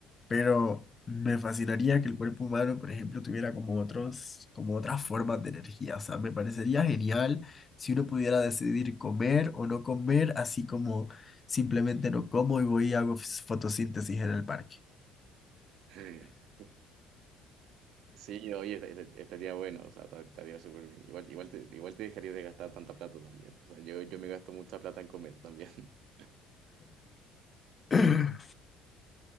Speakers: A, on the left (about 25°); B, on the right (about 65°).
A: pero me fascinaría que el cuerpo humano, por ejemplo, tuviera como otros, como otras formas de energía. O sea, me parecería genial si uno pudiera decidir comer o no comer, así como simplemente no como y voy y hago fotosíntesis en el parque.
B: <laughs> Sí, oye, est- est- estaría bueno, o sea, ta- estaría súper bien. Igual, igual te, igual te dejaría de gastar tanta plata también. O sea, yo, yo me gasto mucha plata en comer también. <laughs>
A: <laughs>